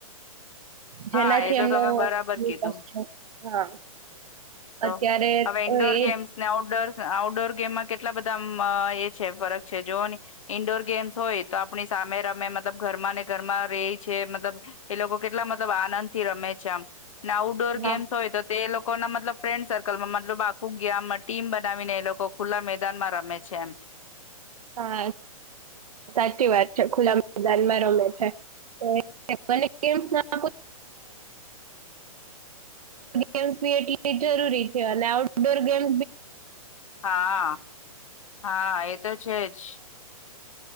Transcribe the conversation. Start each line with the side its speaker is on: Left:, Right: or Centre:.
Right: જેનાથી
Left: હા એ તો
Right: એમનો
Left: તમે બરાબર
Right: વિકાસ
Left: કીધું
Right: છે હા
Left: તો
Right: અત્યારે
Left: હવે
Right: તો
Left: ઇન્ડોર
Right: એ
Left: ગેમ્સ ને આઉટડોર આઉટડોર ગેમમાં કેટલા બધા એ છે ફરક છે જો ઈન્ડોર ગેમ્સ હોય તો આપણી સામે રમે મતલબ ઘરમાં ને ઘરમાં રે છે મતલબ એ લોકો કેટલા મતલબ આનંદ થી રમે છે આમ આઉટડોર
Right: હા
Left: ગેમ્સ હોય તો તે લોકો કોના મતલબ ફ્રેન્ડ સર્કલમાં મતલબ આખું ગામ ટીમ બનાવીને એ લોકો ખુલ્લા મેદાનમાં રમે છે એમ
Right: હા સાચી વાત છે ખુલ્લા મેદાનમાં રમે છેના ગેમ એટ જરૂરી છે અને આઉટડોર ગેમ
Left: હા હા એ તો જજ